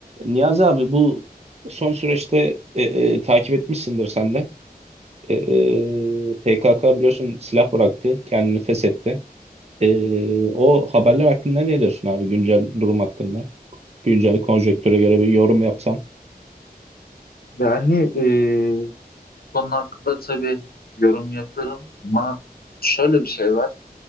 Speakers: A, on the right; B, on the left.
A: Niyazi abi bu son süreçte e, e, takip etmişsindir sen de. E, e, PKK biliyorsun silah bıraktı, kendini feshetti. E, o haberler hakkında ne diyorsun abi güncel durum hakkında? Güncel konjektüre göre bir yorum yapsan.
B: Yani e, bu konu hakkında tabii yorum yaparım ama şöyle bir şey var.